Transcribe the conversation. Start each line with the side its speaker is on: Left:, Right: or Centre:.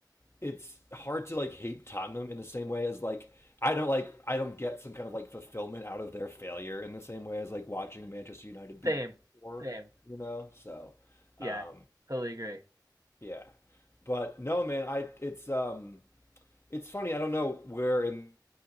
Left: it's hard to like hate Tottenham in the same way as like I don't like I don't get some kind of like fulfillment out of their failure in the same way as like watching Manchester United be
Right: Same.
Left: poor,
Right: Same.
Left: you know? So,
Right: Yeah,
Left: um
Right: totally agree.
Left: yeah. But no, man, I it's um it's funny. I don't know where in